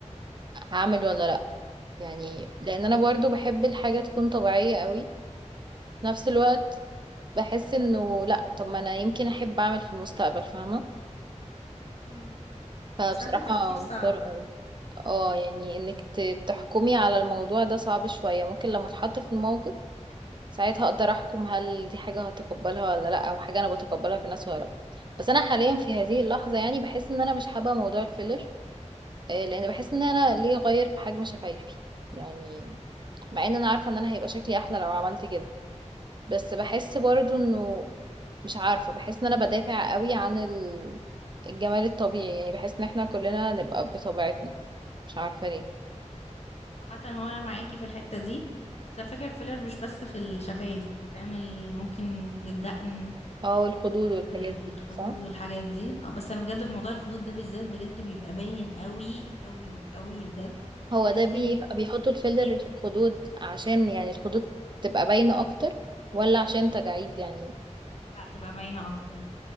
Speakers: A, on the right (about 40°); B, on the left (about 60°).
A: هعمل ولا لا يعني لان انا برضو بحب الحاجة تكون طبيعية قوي في نفس الوقت بحس انه لا طب ما انا يمكن احب اعمل في المستقبل فاهمة
B: مم.
A: فبصراحة
B: هو صراحة تفكير صعب
A: محتار قوي اه يعني انك ت- تحكمي على الموضوع ده صعب شوية ممكن لما اتحط في الموقف ساعتها اقدر احكم هل دي حاجة هتقبلها ولا لا او حاجة انا بتقبلها في الناس ولا لا بس انا حاليا في هذه اللحظة يعني بحس ان انا مش حابة موضوع الفيلر آه، لان بحس ان انا ليه اغير في حجم شفايفي يعني مع ان انا عارفة ان انا هيبقى شكلي احلى لو عملت كده بس بحس برضو انه مش عارفة بحس ان انا بدافع قوي عن ال- الجمال الطبيعي يعني بحس ان احنا كلنا نبقى بطبيعتنا مش عارفة ليه
B: عامة هو أنا معاكي في الحتة دي بس الفكرة الفيلر مش بس في الشفايف بيتعمل ممكن للدقن
A: اه والخدود
B: آه،
A: والحاجات
B: الخدود
A: دي صح
B: والحاجات دي آه، بس انا بجد في موضوع الخدود ده بالذات بجد بيبقى باين قوي قوي قوي بجد
A: هو
B: تحس
A: ده بي...
B: ان هو
A: بيحطوا الفيلر
B: سخيف
A: في الخدود عشان يعني الخدود تبقى باينة اكتر ولا عشان تجاعيد يعني
B: لا تبقى باينه اكتر